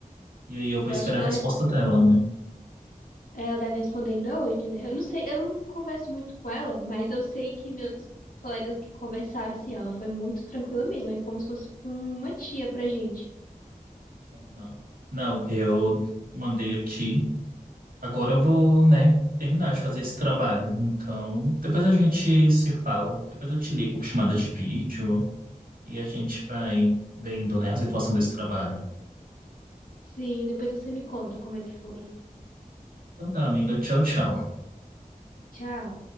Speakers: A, on the right (about 80°); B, on the left (about 80°).
A: E aí eu vou
B: Eu
A: esperar
B: acho que
A: a
B: ela,
A: resposta
B: res-
A: dela, né?
B: ela deve responder ainda hoje, né? Eu não sei, eu não converso muito com ela, mas eu sei que meus colegas que conversaram, assim, ela foi muito tranquila mesmo, é como se fosse uma tia pra gente.
A: Uhum. Não, eu mandei aqui. Agora eu vou, né, terminar de fazer esse trabalho. Então, depois a gente se fala. Depois eu te ligo por chamada de vídeo e a gente vai vendo, né, a situação desse trabalho.
B: Sim, depois você me conta como é que foi.
A: Então tá, amiga. Tchau, tchau.
B: Tchau.